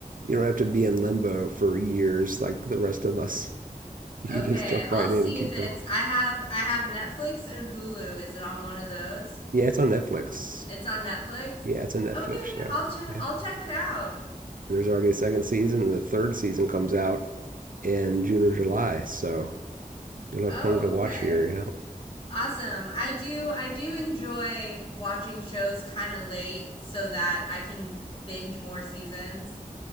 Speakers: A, on the right (about 70°); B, on the left (about 40°).
A: you don't have to be in limbo for years like the rest of us. You
B: Okay.
A: can just jump
B: I'll
A: right
B: see
A: in and keep
B: if it's
A: going.
B: I have I have Netflix and Hulu. Is it on one of those?
A: Yeah, it's on Netflix.
B: It's on Netflix?
A: Yeah, it's a Netflix
B: Okay,
A: show.
B: I'll check
A: Yeah.
B: I'll check it out.
A: And there's already a second season and the third season comes out in June or July, so You'll have
B: Oh,
A: plenty to watch
B: okay.
A: here. Yeah.
B: Awesome. I do I do enjoy watching shows kind of late so that I can binge more seasons.